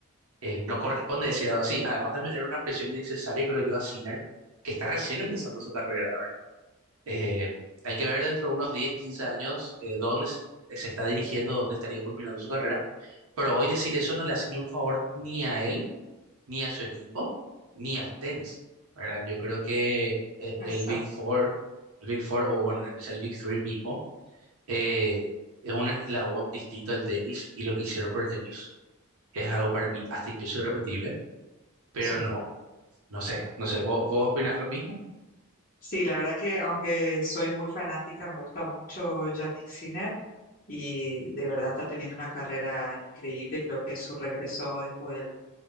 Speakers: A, on the right; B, on the left.
A: eh, no corresponde decir algo así, además de meter una presión innecesaria, creo yo, a Sinner, que está recién empezando su carrera, ¿verdad? Eh, hay que ver dentro de unos 10 15 años eh, dónde s- eh, se está dirigiendo, dónde estaría culminando su carrera, pero hoy decir eso no le hace ni un favor ni a él ni a su equipo, ni al tenis, ¿verdad? Yo creo que eh,
B: Exacto,
A: el Big Four, el Big Four, o bueno, en especial el Big Three mismo, eh, es un eslabón distinto al tenis y lo que hicieron por el tenis es algo para mí hasta incluso irrepetible, pero
B: sí.
A: no, no sé, no sé, ¿vos, vos opinás lo mismo?
B: Sí, la verdad que aunque soy muy fanática, me gusta mucho Yannick Sinner y de verdad está teniendo una carrera increíble. Creo que su regreso después